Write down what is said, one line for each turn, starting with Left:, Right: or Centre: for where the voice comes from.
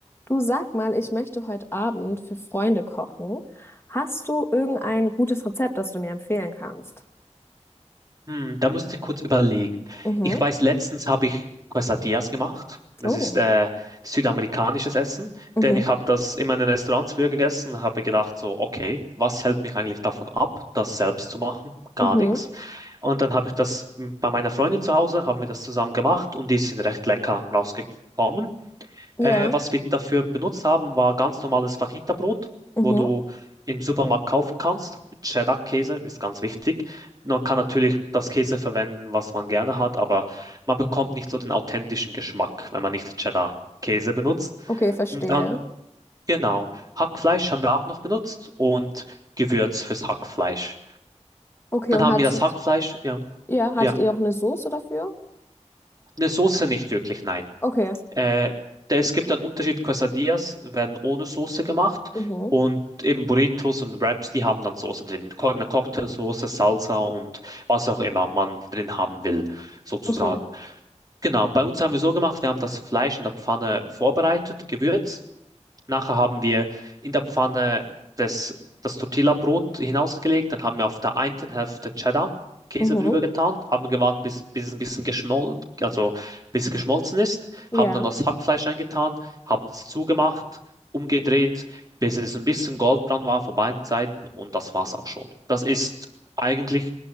Left: Du sag mal, ich möchte heute Abend für Freunde kochen. Hast du irgendein gutes Rezept, das du mir empfehlen kannst?
Right: Hm, da müsste ich kurz überlegen.
Left: Mhm.
Right: Ich weiß, letztens habe ich Quesadillas gemacht. Das
Left: Oh.
Right: ist äh, südamerikanisches Essen,
Left: Mhm.
Right: denn ich habe das immer in meinen Restaurants früher gegessen und habe gedacht, so, okay, was hält mich eigentlich davon ab, das selbst zu machen? Gar
Left: Mhm.
Right: nichts. Und dann habe ich das m, bei meiner Freundin zu Hause, haben wir das zusammen gemacht und die sind recht lecker rausgekommen.
Left: Ja.
Right: Äh, was wir dafür benutzt haben, war ganz normales Fajita-Brot,
Left: Mhm.
Right: wo du im Supermarkt kaufen kannst. Cheddar-Käse ist ganz wichtig. Man kann natürlich das Käse verwenden, was man gerne hat, aber man bekommt nicht so den authentischen Geschmack, wenn man nicht Cheddar-Käse benutzt.
Left: Okay, verstehe.
Right: Und dann, genau, Hackfleisch haben wir auch noch benutzt und Gewürz fürs Hackfleisch.
Left: Okay,
Right: Dann
Left: und
Right: haben
Left: hattet,
Right: wir das Hackfleisch, ja,
Left: ja,
Right: ja,
Left: hattet ihr auch eine Soße dafür?
Right: eine Soße nicht wirklich, nein.
Left: Okay.
Right: Äh, es gibt einen Unterschied. Quesadillas werden ohne Soße gemacht
Left: Mhm.
Right: und eben Burritos und Wraps, die haben dann Soße drin. Co- Eine Cocktailsoße, Salsa und was auch immer man drin haben will, sozusagen.
Left: Okay.
Right: Genau, bei uns haben wir so gemacht, wir haben das Fleisch in der Pfanne vorbereitet, gewürzt. Nachher haben wir in der Pfanne das, das Tortilla-Brot hinausgelegt, dann haben wir auf der einen Hälfte Cheddar-Käse
Left: Mhm.
Right: drüber getan, haben gewartet, bis, bis es ein bisschen geschmolzen, also bis es geschmolzen ist,
Left: Ja.
Right: haben dann das Hackfleisch eingetan, haben es zugemacht, umgedreht, bis es ein bisschen goldbraun war von beiden Seiten und das war's auch schon. Das ist eigentlich